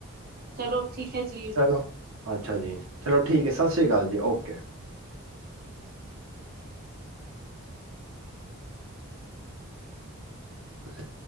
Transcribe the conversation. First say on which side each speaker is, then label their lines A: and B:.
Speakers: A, on the right; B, on the right.
A: ਚਲੋ ਠੀਕ ਹੈ ਜੀ।
B: ਚਲੋ ਅੱਛਾ ਜੀ ਚਲੋ ਠੀਕ ਹੈ ਸਤਿ ਸ਼੍ਰੀ ਅਕਾਲ ਜੀ। ਓਕੇ ਹਮਂ ਜੀ